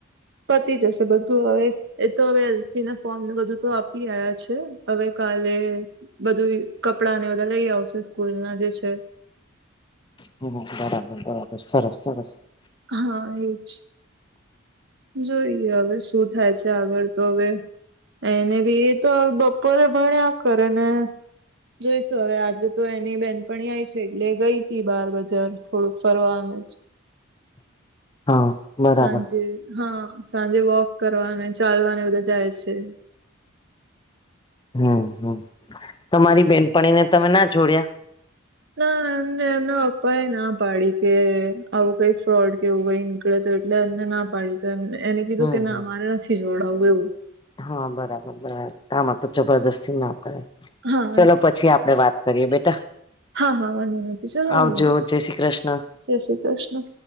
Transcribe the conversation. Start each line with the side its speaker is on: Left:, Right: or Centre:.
Right: પતી જશે, બધું હવે. એ તો હવે એલસી ના ફોર્મને, બધું તો આપી આવ્યા છે, હવે કાલે બધું કપડા ને, બધા લઈ આવશે સ્કૂલ ના જે છે.
Left: હ, બરાબર, બરાબર, સરસ, સરસ.
Right: હા, એજ. જોઈએ, હવે શું થાય છે? આગળ તો હવે. એને બી એ તો બપોરે ભણ્યા કરે ને. જોઈશું, હવે આજે તો એની બેનપણી આયી છે, એટલે ગઈ હતી, બાર બજાર થોડુંક ફરવામ જ
Left: <unintelligible> હા બરાબર
Right: સાંજે. હા, સાંજે વોક કરવાને, ચાલવાને બધા જાય છે.
Left: હમ, હમ. તમારી બેનપણી ને, તમે ના જોડ્યા.
Right: ના, એમને એમના પપ્પા એ ના પાડી કે, આવું કઈ ફ્રોડ કે, એવું કઈ. નીકળે તો, એટલે એમને ના પાડી તો, એને કીધું
Left: હમ
Right: કે,
Left: હમ
Right: ના મારે નથી જોડાવું એવું.
Left: હા, બરાબર, બરાબર આમાં તો જબરદસ્તી ના કરે,
Right: હા
Left: ચલો પછી આપડે વાત કરીયે બેટા.
Right: હા, હા, વાંધો નથી, ચલો,
Left: આવજો
Right: હું મૂકું
Left: જય શ્રી કૃષ્ણ
Right: જય શ્રી કૃષ્ણ.